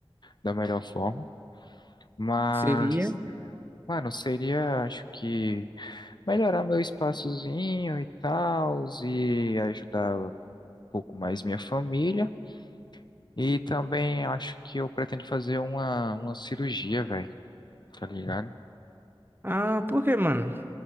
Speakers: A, on the left (about 50°); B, on the right (about 20°).
A: da melhor forma. Mas,
B: Seria?
A: mano, seria, acho que, melhorar meu espaçozinho e tals e ajudar um pouco mais minha família. E também acho que eu pretendo fazer uma, uma cirurgia, velho, tá ligado?
B: Ah, por quê, mano?